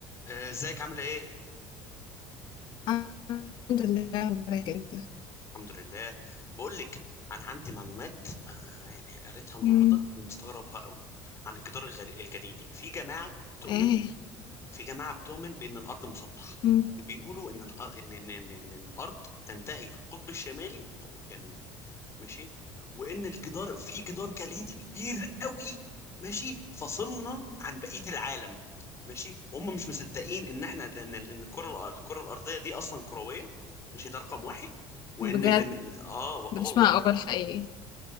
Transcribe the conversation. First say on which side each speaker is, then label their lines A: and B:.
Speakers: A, on the left; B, on the left.
A: آه، ازيك عامله ايه
B: الحمد لله، مبارك أنت.
A: الحمد لله بقول لك انا عندي معلومات آه، يعني قريتها النهارده
B: إمم،
A: ومستغربها قوي عن الجدار الغ- الجليدي في جماعه بتؤمن
B: إيه،
A: في جماعه بتؤمن بان الارض مسطحه
B: إمم،
A: وبيقولوا ان الأر- ان ان ان, إن الارض تنتهي في القطب الشمالي والقطب الجنوبي ماشي وان الجدار في جدار جليدي كبير قوي ماشي فصلنا عن بقيه العالم ماشي وهم مش مصدقين ان احنا ان ان الكره الكره الارضيه دي اصلا كرويه ماشي ده رقم واحد وان
B: بجد
A: ان اه و-
B: ده
A: آه والله
B: مش معقول حقيقي.